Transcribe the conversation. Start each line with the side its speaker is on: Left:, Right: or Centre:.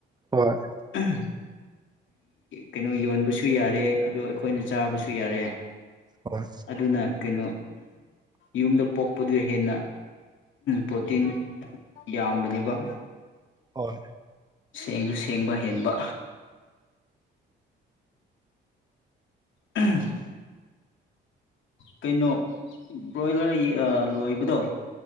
Right: ꯍꯣꯏ
Left: ꯎꯝ ꯀꯩꯅꯣ ꯌꯣꯟꯕꯁꯨ ꯌꯥꯔꯦ ꯑꯗ ꯑꯩꯈꯣꯏꯅ ꯆꯥꯕꯁꯨ ꯌꯥꯔꯦ
Right: ꯍꯣꯏ
Left: ꯑꯗꯨꯅ ꯀꯩꯅꯣ ꯌꯨꯝꯗ ꯄꯣꯛꯄꯗꯨ ꯍꯦꯟꯅ ꯄ꯭ꯔꯣꯇꯤꯟ ꯌꯥꯝꯕꯅꯦꯕ
Right: ꯍꯣꯏ
Left: ꯁꯦꯡꯁꯨ ꯁꯦꯡꯕ ꯍꯦꯟꯕ ꯎꯝ ꯀꯩꯅꯣ ꯕ꯭ꯔꯣꯏꯂꯔ ꯂꯣꯏꯕꯗꯣ